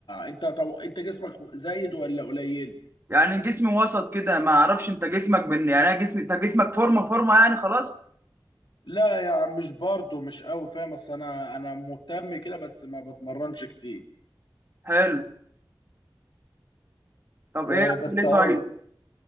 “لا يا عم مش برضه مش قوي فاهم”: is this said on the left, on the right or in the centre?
Left